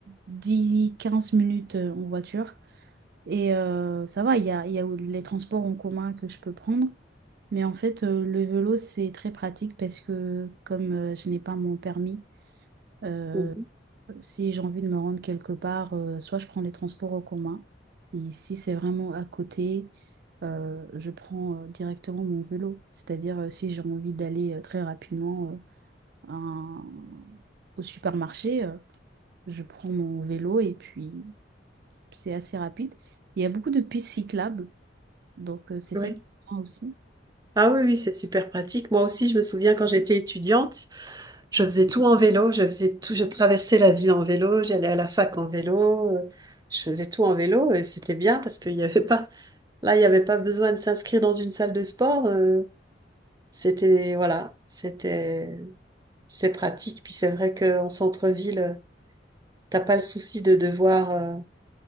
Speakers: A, on the right; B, on the right.
A: dix quinze minutes euh, en voiture. Et euh, ça va, il y a, il y a les transports en commun que je peux prendre. Mais en fait, euh, le vélo, c'est très pratique parce que comme euh, je n'ai pas mon permis, euh,
B: Mhm.
A: Si j'ai envie de me rendre quelque part, euh, soit je prends les transports en commun, et si c'est vraiment à côté, euh, je prends euh, directement mon vélo. C'est-à-dire, euh, si j'ai envie d'aller euh, très rapidement euh, à un- au supermarché, euh, je prends mon vélo et puis c'est assez rapide. Il y a beaucoup de pistes cyclables, donc euh, c'est
B: Oui.
A: ça qui est bien aussi.
B: Ah oui, oui, c'est super pratique. Moi aussi, je me souviens quand j'étais étudiante, Je faisais tout en vélo, je faisais tout, je traversais la ville en vélo, j'allais à la fac en vélo, euh, je faisais tout en vélo et c'était bien parce qu'il y avait pas, là, il n'y avait pas besoin de s'inscrire dans une salle de sport. euh, c'était, voilà, c'était, c'est pratique. Puis c'est vrai qu'en centre-ville, euh, t'as pas le souci de devoir euh,